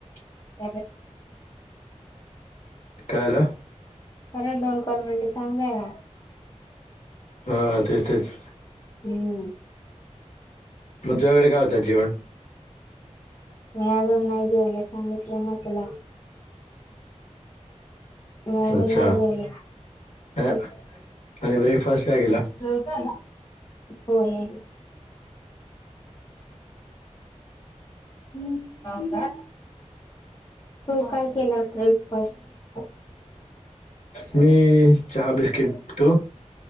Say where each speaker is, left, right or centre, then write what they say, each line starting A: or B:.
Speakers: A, on the left; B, on the left.
A: <inaudible>
B: काय आलं
A: खरं दोन कॉल म्हणले चांगला आहे यार
B: हा तेच तेच
A: हम्म
B: मग तुझ्याकडे काय होतात जेवण
A: मी अजून नाही जेवलं सांगितलं ना तुला मी अजून
B: अच्छा
A: नाही
B: अ,
A: ज <unintelligible>
B: आणि ब्रेकफास्ट काय केला
A: जेवताय ना हो हे हम्म तो काय केला ब्रेकफास्ट
B: मी चहा बिस्किट तू